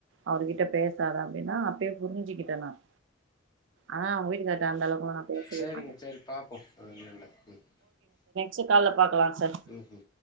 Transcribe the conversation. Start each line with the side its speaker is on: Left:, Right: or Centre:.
Right: அவரு வீட் எங்கிட்ட பேசாத அப்டின்னா அப்பே புரிஞ்சுக்கிட்டே நானு ஆன அவுங்க வீட்டுக்கார்ட்ட அந்தளவுக்குல நா பேசவே
Left: சேரிங்க
Right: மாட்டே
Left: சேரி பாப்போம் அ என்னான்ட்டு
Right: சே கால்ல பாக்கலா சார்
Left: ம்ஹூம்